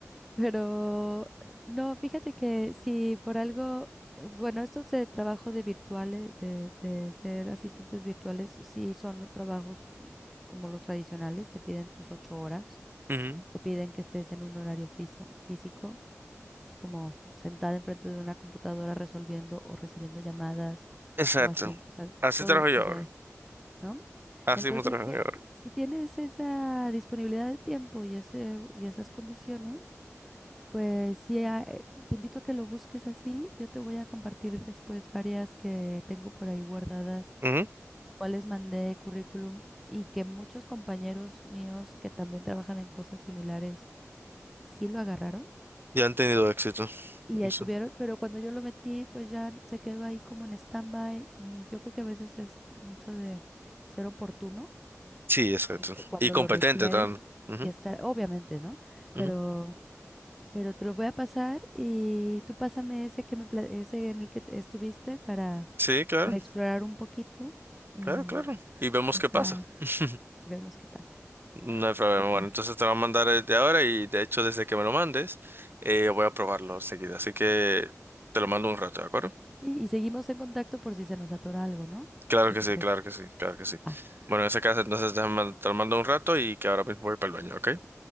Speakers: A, in the centre; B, on the right.
A: pero, no, fíjate que si por algo, eh, bueno, estos de trabajo de virtuales, de, de ser asistentes virtuales, sí son trabajos eh, como los tradicionales, te piden tus ocho horas,
B: Ujú,
A: te piden que estés en un horario fiso- físico así como sentada enfrente de una computadora resolviendo o recibiendo llamadas
B: Exacto.
A: o haciendo, o sea,
B: Así
A: todo,
B: trabajo
A: el-
B: yo
A: o sea,
B: ahora.
A: ¿no?
B: Así
A: Entonces,
B: mismo trabajan
A: si,
B: ahora.
A: si tienes esa disponibilidad de tiempo y, ese, y esas condiciones, pues sí, a- eh, te invito a que lo busques así. Yo te voy a compartir después varias que tengo por ahí guardadas,
B: Ujú.
A: las cuales mandé currículum y que muchos compañeros míos que también trabajan en cosas similares sí lo agarraron.
B: Ya han tenido éxito.
A: Y
B: Eso.
A: ahí tuvieron, pero cuando yo lo metí, pues ya se quedó ahí como en stand-by. y Yo creo que a veces es mucho de ser oportuno
B: Sí, exacto.
A: y que cuando
B: Y competente
A: lo requieren
B: también. Ujú,
A: y estar, obviamente, ¿no? Pero,
B: ujú.
A: pero te lo voy a pasar y tú pásame ese que me, pla- ese en el que te- estuviste para,
B: Sí, claro,
A: para explorar un poquito y
B: claro, claro. Y vemos
A: ya
B: qué
A: está,
B: pasa. <laughs>
A: y vemos qué pasa.
B: No hay problema.
A: Súper.
B: Bueno, entonces te va a mandar desde ahora y de hecho desde que me lo mandes, eh, voy a probarlo seguida. Así que te lo mando un rato, ¿de acuerdo?
A: Y, y seguimos en contacto por si se nos atora algo, ¿no?
B: Claro
A: ¿Qué
B: que
A: te
B: sí,
A: parece?
B: claro que sí, claro que sí.
A: Ah,
B: Bueno, en ese caso entonces déjame- te lo mando un rato y que ahora mismo voy para el baño, ¿ok?